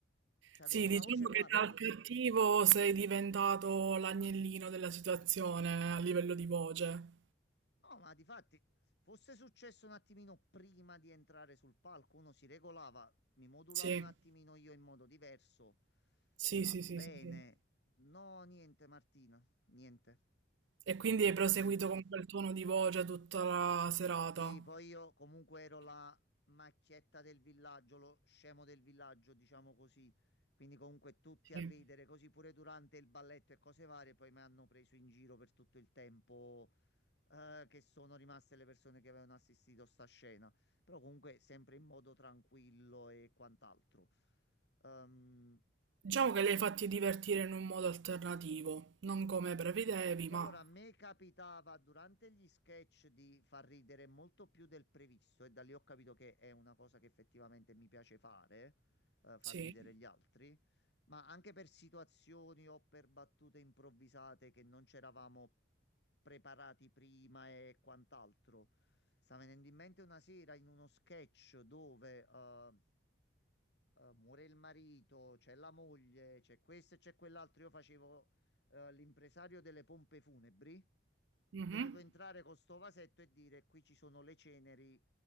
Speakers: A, on the left (about 65°); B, on the right (about 75°).
A: C'avevo
B: Sì, diciamo
A: una voce, guarda.
B: che dal cattivo sei diventato l'agnellino della situazione a livello di voce.
A: No, ma di fatti, fosse successo un attimino prima di entrare sul palco, uno si regolava, mi modulavo
B: Sì,
A: un attimino io in modo diverso.
B: sì,
A: Va
B: sì,
A: bene.
B: sì, sì, sì.
A: No, niente, Martina. Niente,
B: E quindi hai proseguito
A: niente.
B: con quel tono di voce tutta la serata.
A: Sì, poi io comunque ero la macchietta del villaggio, lo scemo del villaggio, diciamo così. Quindi comunque tutti
B: Sì.
A: a ridere, così pure durante il balletto e cose varie, poi mi hanno preso in giro per tutto il tempo eh, che sono rimaste le persone che avevano assistito a sta scena. Però comunque sempre in modo tranquillo e quant'altro. Ehm,
B: Diciamo che li hai fatti divertire in un modo alternativo, non come prevedevi,
A: Sì,
B: ma
A: allora a me capitava durante gli sketch di far ridere molto più del previsto e da lì ho capito che è una cosa che effettivamente mi piace fare, eh, far
B: sì.
A: ridere gli altri, ma anche per situazioni o per battute improvvisate che non c'eravamo preparati prima e quant'altro. Sta venendo in mente una sera in uno sketch dove eh, eh, muore il marito, c'è la moglie, c'è questo e c'è quell'altro, io facevo eh, l'impresario delle pompe funebri
B: Mhm.
A: dovevo entrare con sto vasetto e dire qui ci sono le ceneri